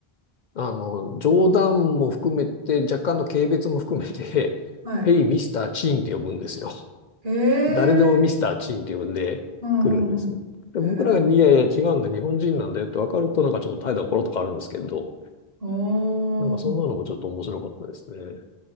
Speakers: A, on the left; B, on the right.
A: あの、冗談も含めて、若干の軽蔑も含めて、<laughs>
B: はい。
A: ヘイ、ミスター・チンって呼ぶんですよ。
B: へえ、
A: 誰でもミスター・チンって呼んでくるんですよ。
B: うんうんうん。
A: で、僕らが、
B: へえ、
A: いやいや、違うんだ、日本人なんだよって分かると、なんかちょっと態度がコロッと変わるんですけど、
B: ああ。
A: なんかそんなのもちょっと面白かったですね。